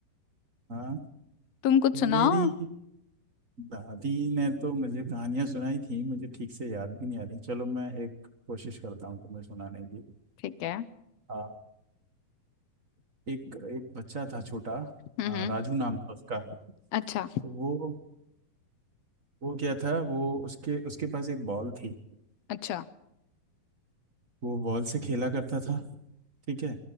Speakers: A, on the right (about 40°); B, on the left (about 75°).
A: हाँ
B: तुम कुछ सुनाओ
A: मेरी दादी ने तो मुझे कहानियां सुनाई थी मुझे ठीक से याद भी नहीं आ रही चलो मैं एक कोशिश करता हूँ तुम्हें सुनाने की
B: ठीक है
A: आ, एक एक बच्चा था छोटा
B: हम्म
A: आ,
B: हम्म
A: राजू नाम था उसका तो
B: अच्छा
A: वो वो क्या था वो उसके उसके पास एक बॉल थी
B: अच्छा
A: वो बॉल से खेला करता था ठीक है